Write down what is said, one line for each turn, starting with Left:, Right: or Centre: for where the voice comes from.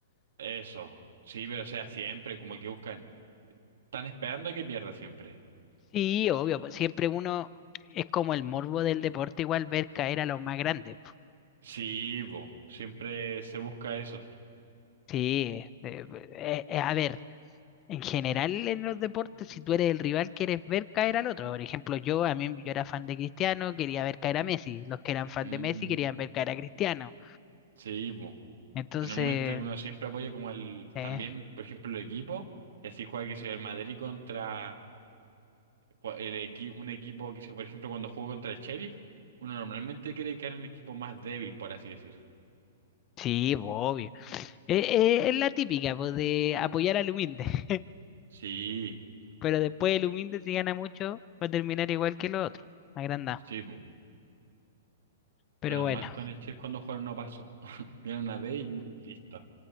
Right: Eso. Sí, pero o sea, siempre como que buscan Están esperando a que pierda siempre.
Left: sí, obvio, pues siempre uno es como el morbo del deporte, igual ver caer a los más grandes. po.
Right: Sí, po, siempre se busca eso.
Left: Sí, eh, eh, eh, a ver, En general, en los deportes, si tú eres el rival, quieres ver caer al otro. Por ejemplo, yo a mí yo era fan de Cristiano, quería ver caer a Messi. Los que eran fan
Right: Mm.
Left: de Messi querían ver caer a Cristiano.
Right: Sí, po.
Left: Entonces,
Right: Y normalmente uno siempre apoya como al,
Left: eh,
Right: también, por ejemplo, el equipo, y así juega que soy el Madrid contra cua- el equi- un equipo que sea, por ejemplo, cuando juega contra el Sheriff, uno normalmente quiere que en el equipo más débil, por así decir.
Left: sí, pues, obvio. Eh, eh, es la típica, pues, de apoyar al humilde. <laughs>
Right: Sí,
Left: Pero después el humilde, si gana mucho, va a terminar igual que el otro, agrandado.
Right: sí, po.
Left: Pero
Right: Menos
Left: bueno,
Right: mal con el Sheriff cuando jugaron no pasó. <laughs> Era una vez y y listo.